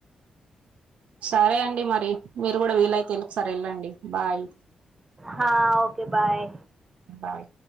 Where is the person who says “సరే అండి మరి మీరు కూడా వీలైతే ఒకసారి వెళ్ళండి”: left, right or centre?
Right